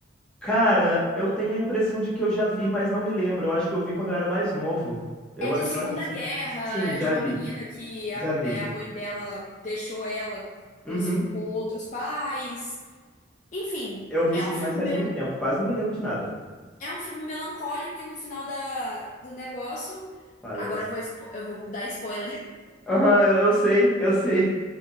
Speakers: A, in the centre; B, on the left.
A: Cara, eu tenho a impressão de que eu já vi, mas não me lembro. Eu acho que eu vi quando eu era mais novo. Eu,
B: É de
A: acho
B: Segunda
A: eu acho que sim.
B: Guerra,
A: Sim,
B: é
A: já
B: de uma
A: vi.
B: menina que a,
A: Já vi.
B: é, a mãe dela deixou ela com,
A: Uhum.
B: os- com outros pais. Enfim,
A: Eu vi
B: é
A: sim,
B: um filme
A: mas faz
B: meio,
A: muito tempo. Quase não me lembro de nada.
B: é um filme melancólico e no final da, do negócio,
A: Falece.
B: agora eu vou, expo- eu vou dar spoiler. <laughs>
A: Aham, eu, eu sei, eu sei.